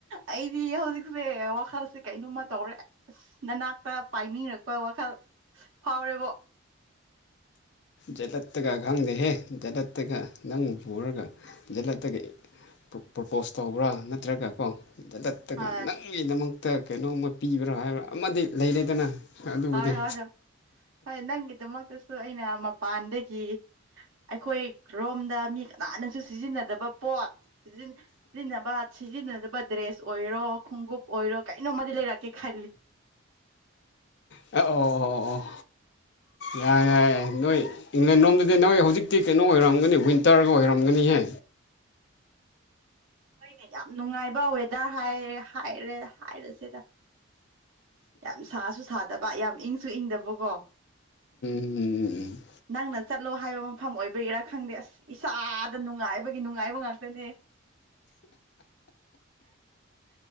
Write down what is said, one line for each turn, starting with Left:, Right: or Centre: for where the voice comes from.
Right: ꯑꯩꯗꯤ ꯍꯧꯖꯤꯛꯁꯦ ꯋꯥꯈꯜꯁꯦ ꯀꯩꯅꯣꯝꯃ ꯇꯧꯔꯦ ꯅꯅꯥꯛꯇ ꯄꯥꯏꯅꯤꯡꯔꯛꯄ ꯋꯥꯈꯜ ꯐꯥꯎꯔꯦꯕꯣ
Left: ꯖꯦꯠꯗꯠꯇꯒ ꯈꯪꯗꯦꯍꯦ ꯗꯦꯠꯗꯠꯇꯒ ꯅꯪ ꯄꯨꯔꯒ ꯖꯦꯠꯗꯠꯇꯒ ꯄ꯭ꯔꯄꯣꯁ ꯇꯧꯕ꯭ꯔꯥ ꯅꯠꯇ꯭ꯔꯒ ꯀꯣ ꯗꯠꯗꯠꯇꯒ
Right: ꯍꯣꯏ
Left: ꯅꯪꯒꯤꯗꯃꯛꯇ ꯀꯩꯅꯣꯝꯃ ꯄꯤꯕ꯭ꯔꯥ ꯍꯥꯏꯕ꯭ꯔꯥ ꯑꯃꯗꯤ ꯂꯩꯔꯦꯗꯅ ꯑꯗꯨꯕꯨꯗꯤ
Right: ꯍꯣꯏ ꯍꯣꯏ ꯍꯣꯏ ꯍꯣꯏ ꯅꯪꯒꯤꯗꯃꯛꯇꯁꯨ ꯑꯩꯅ ꯃꯄꯥꯟꯗꯒꯤ ꯑꯩꯈꯣꯏ ꯔꯣꯝꯗ ꯃꯤ ꯀꯅꯥꯅꯁꯨ ꯁꯤꯖꯤꯟꯅꯗꯕ ꯄꯣꯠ ꯁꯤꯖꯤꯟ ꯁꯤꯖꯤꯟꯅꯕ ꯁꯤꯖꯤꯟꯅꯗꯕ ꯗ꯭ꯔꯦꯁ ꯑꯣꯏꯔꯣ ꯈꯣꯡꯎꯞ ꯑꯣꯏꯔꯣ ꯀꯩꯅꯣꯝꯃꯗꯤ ꯂꯩꯔꯛꯀꯦ ꯈꯜꯂꯤ
Left: ꯑꯣ ꯑꯣ ꯌꯥꯏ ꯌꯥꯏ ꯅꯣꯏ ꯏꯪꯂꯦꯟ ꯂꯣꯝꯗꯗꯤ ꯅꯣꯏ ꯍꯧꯖꯤꯛꯇꯤ ꯀꯩꯅꯣ ꯑꯣꯏꯔꯝꯒꯅꯤ ꯋꯤꯟꯇꯔꯒ ꯑꯣꯏꯔꯝꯒꯅꯤꯍꯦ
Right: ꯍꯣꯏꯅꯦ ꯌꯥꯝ ꯅꯨꯡꯉꯥꯏꯕ ꯋꯦꯗꯔ ꯍꯥꯏꯔꯦ ꯍꯥꯏꯔꯦ ꯍꯥꯏꯔꯁꯤꯗ ꯌꯥꯝ ꯁꯥꯁꯨ ꯁꯥꯗꯕ ꯌꯥꯝ ꯏꯪꯁꯨ ꯏꯪꯗꯕꯀꯣ
Left: ꯎꯝ
Right: ꯅꯪꯅ ꯆꯠꯂꯣ ꯍꯥꯏꯕ ꯃꯐꯝ ꯑꯣꯏꯕꯒꯤꯔꯥ ꯈꯪꯗꯦ ꯑꯁ ꯏꯁꯥꯗ ꯅꯨꯡꯉꯥꯏꯕꯒꯤ ꯅꯨꯡꯉꯥꯏꯕ ꯉꯥꯛꯇꯅꯦ